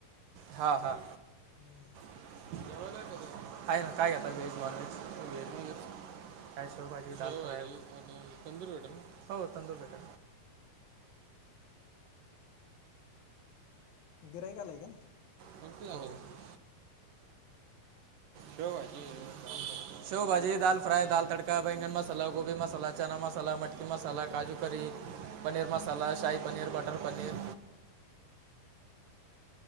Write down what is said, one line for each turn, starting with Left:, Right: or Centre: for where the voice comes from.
Right: हा हा.
Left: हम्म.
Right: <inaudible> खायला काय घेता आता व्हेज नॉनव्हेज. का शेवभजी चालू आहे आणि तंदूर पठण हो तंदूरपेठ.
Left: गिराईक आलाय काय?
Right: कोणती हवं आहे शेव भाजी. शेवभाजी दाल फ्राय दाल तडका बेंगन मसाला गोबी मसाला चना मसाला मटक मसाला काजू करी पनीर मसाला शाही पनीर बटर पनीर.